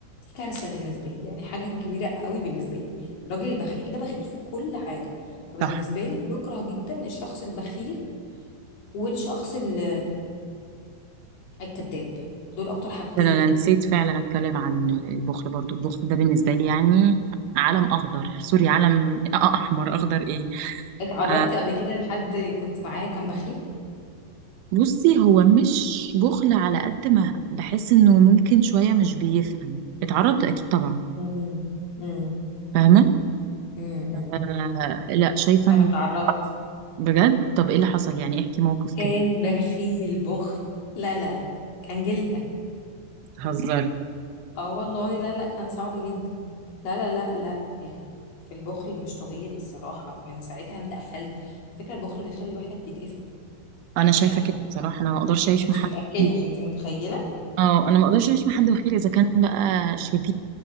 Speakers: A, on the left; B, on the right.
A: كارثة بالنسبة لي يعني حاجة كبيرة قوي بالنسبة لي الراجل البخيل ده بخيل في كل حاجة فبالنسبة
B: صح
A: لي بكره جدا الشخص البخيل والشخص ال- الكذاب دول أكتر حاجتين
B: ده انا أنا
A: يعني
B: نسيت فعلا اتكلم عن البخل برضو البخل ده بالنسبة لي يعني علم اخضر سوري علم احمر اخضر ايه
A: اتعرضت
B: آه،
A: قبل كده لحد كنت معاه كان بخيل
B: بصي هو مش بخل على قد ما بحس انه ممكن شوية مش بيفهم اتعرضت اكيد طبعا
A: امم امم
B: فاهمة
A: امم
B: آه لا شايفة
A: أنا
B: ان
A: اتعرضت
B: بجد طب ايه اللي حصل يعني احكي موقف
A: كان
B: كده
A: بخيل بخل لا لا لا كان جلدة
B: هزاري
A: اه والله لا لا كان صعب جدا لا لا لا لا يعني في البخل مش طبيعي الصراحة من ساعتها انت قفلت فكرة البخل بيخلي الواحد يتقفل
B: انا شايفة
A: يعني
B: كده بصراحة انا ما اقدرش
A: ما
B: اعيش
A: كانش
B: مع حد
A: بيأكلني
B: وحيد
A: انت متخيلة
B: اه انا ما اقدرش اعيش مع حد وحيد اذا كان بقى شريك